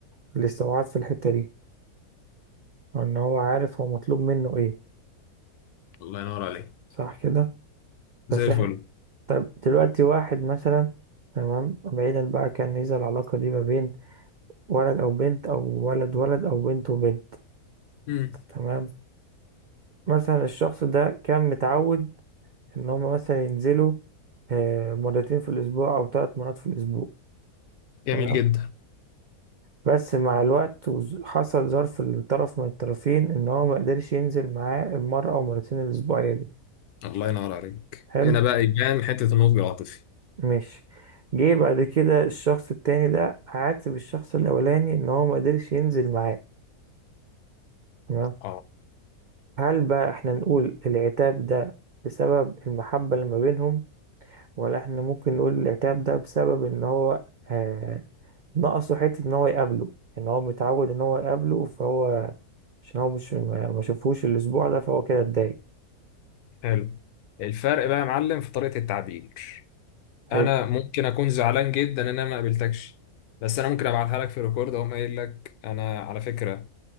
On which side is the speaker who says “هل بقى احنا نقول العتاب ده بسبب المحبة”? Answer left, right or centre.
Right